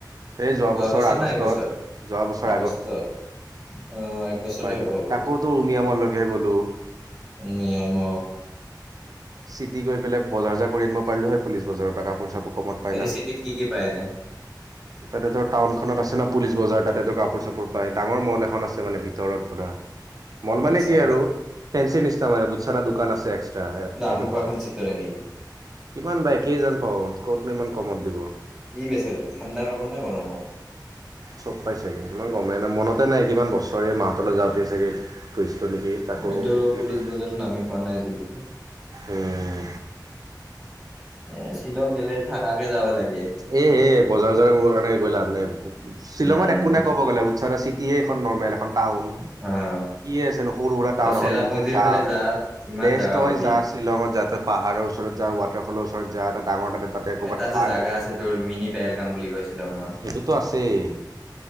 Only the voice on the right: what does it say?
এই
আগষ্টত
যোৱা বছৰ
বাইকত,
তাকোতো উমিয়ামলৈকে গ'লো।
চিটি গৈ পেলে বজাৰ চজাৰ কৰি আনব' পাৰলো হৈ পুলিচ বজাৰৰ পৰা কাপোৰ চাপো কমত পাই
না?
তাতে তৰ টাউনখনত আছেনা পুলিচ বজাৰ তাতেতো কাপোৰ চাপোৰ পাই ডাঙৰ মল এখন আছে মানে ভিতৰত পুৰা। মল মানে
কি আৰু, ফেঞ্চিৰ নিচিনা মানে বুছনা দোকান আছে এক্সট্ৰা। সেনেকুৱা,
কিমান বাই কেই জন পাওঁ কতনো ইমান কমত দিব
চব পাই চাগে, মই গমেই নাই মনতে নাই কিমান বছৰে মাহঁতলৈ যাওঁতেই চাগে গৈছলো নেকি তাক'
কিবা,
উম
এ, হে, বজাৰ চজাৰ একো কৰা নাই গৈ লাভ নাই, শ্বিলঙত
একো নে ক'ব গ'লে বুচ্চানে ছি তিয়ে এখন নৰ্মেল এখন। টাউন
কিয়ে আছে ন' সৰু সুৰা টাউন
এখন নিজে যাম।
বেষ্ট
তই
যা শ্বিলঙত যা তই পাহাৰৰ ওচৰত যা ৱাট কেফালৰ ওচৰত যা ডাঙৰ তাতে তাতে ক'ৰবাত
থাক।
সেইটোতো আছেই